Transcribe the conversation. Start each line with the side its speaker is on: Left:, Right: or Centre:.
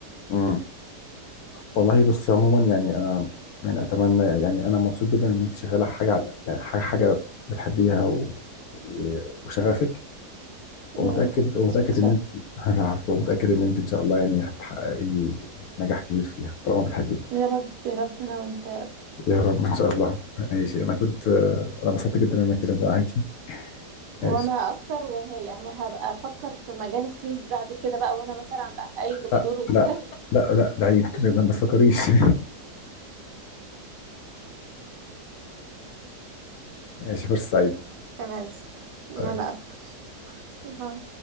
Left: مم. والله بصي عموما يعني انا يعني اتمنى يعني انا مبسوط جدا ان انت شغاله حاجه على يعني حاجه حاجه بتحبيها و... و... وشغفك ومتاكد
Right: مم.
Left: ومتاكد
Right: شكرا
Left: ان انت <laughs> العفو ومتاكد ان انت ان شاء الله يعني هتحققي نجاح كبير فيها طالما بتحبيه
Right: يا رب يا رب انا وانت يا رب
Left: يا رب ان شاء الله ماشي انا كنت انا انبسطت جدا ان انا اتكلمت معاكي ماشي
Right: وانا اكتر وهي يعني هبقى افكر في مجال السيلز بعد كده بقى وانا مثلا عند اي دكتور
Left: لا
Right: وكده
Left: لا لا لا بعيد ما تفكريش <laughs> ماشي فرصه سعيده
Right: تمام وانا
Left: باي.
Right: اكتر باي